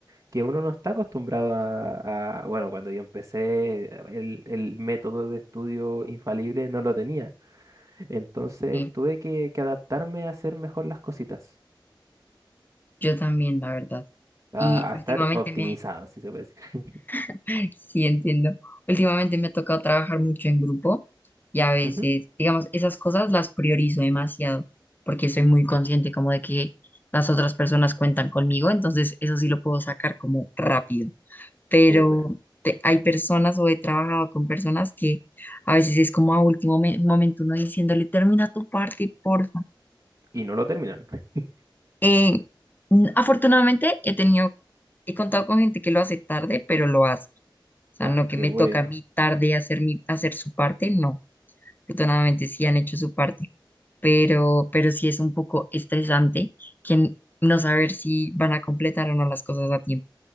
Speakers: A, on the right; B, on the left.
A: que uno no está acostumbrado a, a- bueno, cuando yo empecé, el, el método de estudio infalible no lo tenía, entonces
B: Sí,
A: tuve que, que adaptarme a hacer mejor las cositas,
B: yo también, la verdad.
A: a,
B: Y últimamente
A: a estar optimizado,
B: me,
A: si se puede decir.
B: <laughs> sí entiendo, últimamente me ha tocado trabajar mucho en grupo y a veces,
A: <laughs>
B: digamos, esas cosas las priorizo demasiado porque soy muy consciente como de que las otras personas cuentan conmigo, entonces eso sí lo puedo sacar como rápido. pero
A: Súper.
B: te- hay personas o he trabajado con personas que a veces es como a último me- momento uno diciéndole, termina tu parte, porfa.
A: Y no lo terminaron. <laughs>
B: Eh, n- afortunadamente he tenido, he contado con gente que lo hace tarde, pero lo hace. O sea,
A: Ah,
B: no que
A: qué
B: me
A: bueno.
B: toca a mí tarde hacer mi, hacer su parte, no. Afortunadamente sí han hecho su parte, pero, pero sí es un poco estresante que n- no saber si van a completar o no las cosas a tiempo.